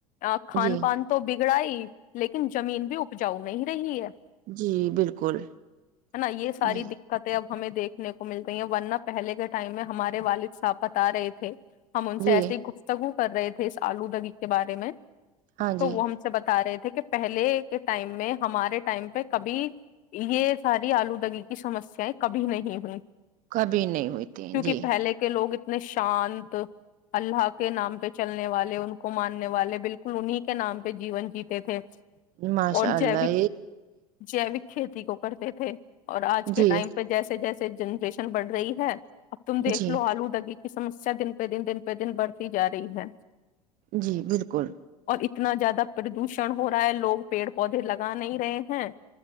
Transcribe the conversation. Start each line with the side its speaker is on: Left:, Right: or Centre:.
Left: ا کھان
Right: جی
Left: پان تو ب لڑائی لیکن زمین بھی اپجاؤ نہیں <inaudible> ہے
Right: جی بالکل
Left: نا یہ ساری
Right: جی
Left: دقتیں اب ہمیں دیکھنے کو ملتی ہیں ورنہ پہلے کے ٹائم میں ہمارے والد صاحب بتا رہے تھے ہم ان سے
Right: جی
Left: ایسسی ہی گفتگو کر رہے تھے اس آلو دغی کے بارے میں
Right: ہاں جی
Left: تو وہ ہم سے بتا رہے تھے تھے کہ پہلے کے ٹائم میں ہمارے ٹائم پہ کبھی یہ ساری آلودگی کی سمسیایں کبھی نہیں ہوئی
Right: کبھی نہیں ہوتی
Left: کیونکہ
Right: جی
Left: پہلے کے لوگ اتنے شانت اللہ کے نام پہ چلنے والے ان کو ماننے والے بالکل انہیں کے نام پہ جیون جیتے تھے
Right: ماشاء
Left: اور جیوک
Right: اللہ
Left: جیوک کھیتی کو کرتے تھے اور آج کے
Right: جی
Left: ٹائم پہ جیسے جیسے سے جنریشن بڑھ رہی ہے اب تم دیکھ
Right: جی
Left: لو آلو دگی کی سمسیا دن پہ دن دن پہ دن بڑھتی جا رہی ہے
Right: جی بالکل
Left: اتنا زیادہ پردوشن ہو رہا ہے لوگ پیڑ پودے لگا نہیں رہے ہیں